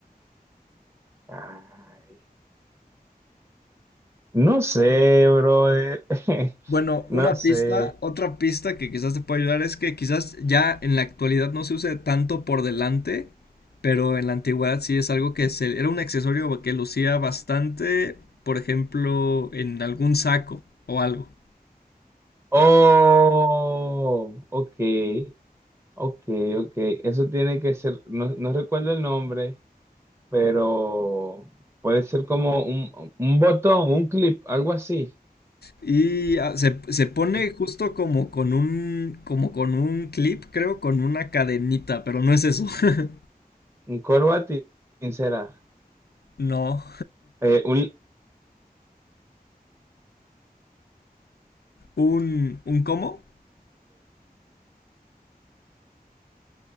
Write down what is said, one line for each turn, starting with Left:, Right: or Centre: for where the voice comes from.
Right: Ay. No sé, brother. <laughs>
Left: bueno,
Right: No
Left: una
Right: sé.
Left: pista, otra pista que quizás te pueda ayudar es que quizás ya en la actualidad no se use tanto por delante, pero en la antigüedad sí es algo que se, era un accesorio que lucía bastante, por ejemplo, en algún saco o algo.
Right: Oh, ok, ok, ok. Eso tiene que ser, no, no recuerdo el nombre, pero puede ser como un, un botón, un clip, algo así.
Left: Y ah, se, se pone
Right: Eh,
Left: justo como con un, como con un clip, creo, con una cadenita, pero no es eso. <laughs>
Right: Un corbatín será.
Left: No.
Right: Eh, un...
Left: ¿Un, un cómo?